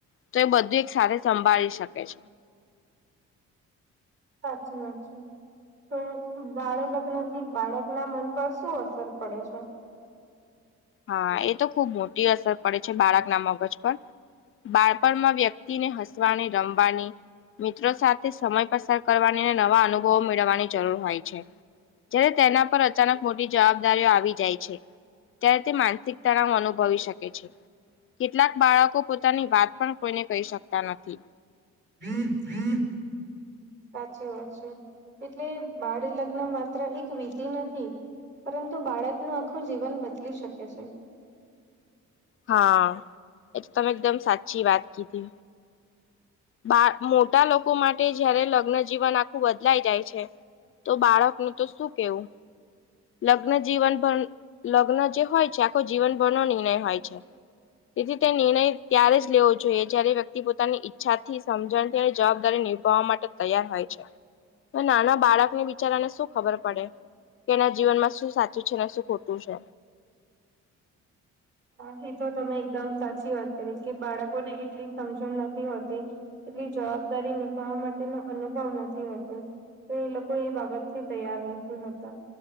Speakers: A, on the left; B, on the right.
A: તો એ બધું એક સાથે સંભાળી શકે છે
B: સાચી વા છે તો બાળ લગ્ન થી બાળક ના મન પર શું અસર પડે છે
A: હા એ તો ખુબ મોટી અસર પડે છે બાળક ના મગજ પર બાળપણમાં વ્યક્તિને હસવાની રમવાની મિત્રો સાથે સમય પસાર કરવાની અને નવા અનુભવો મેળવવાની જરૂર હોય છે જયારે તેના પર અચાનક મોટી જવાબદારીઓ આવી જાય છે ત્યારે તે માનસિક તણાવ અનુભવી શકે છે કેટલાક બાળકો પોતાની વાત પણ કોઈને કહી શકતા નથી
B: <inaudible> સાચી વાત છે એટલે બાળ લગ્ન માત્ર એક વિધિ નથી પરંતુ બાળકનું આખું જીવન બદલી શકે છે
A: હા એ તો તમે એકદમ સાચી વાત કીધી બાળ મોટા લોકો માટે જયારે લગ્નજીવન આખું બદલાઈ જાય છે તો બાળકનું તો શું કેવું લગ્ન જીવનભર લગ્ન જે હોય છે આખો જીવનભરનો નિર્ણય હોય અચ્છા તેથી તે નિર્ણય ત્યારે જ લેવો જોઈએ જયારે વ્યક્તિ પોતાની ઈચ્છા થી સમજણથી અને જવાબદારી નિભાવવા માટે તૈયાર હોય છે તો નાના બાળકને બિચારાને શું ખબર પડે કેના જીવનમાં શું સાચું છે અનેન શું ખોટું છે
B: હ એ તો તમે એકદમ સાચી વાત કરી કે બાળકોને એટલી સમજણ નથી હોતી એટલી જવાબદારી નિભાવવા માટેનો અનુભવ નથી હોતો તો એ લોકો એ બાબતથી તૈયાર નથી હોતા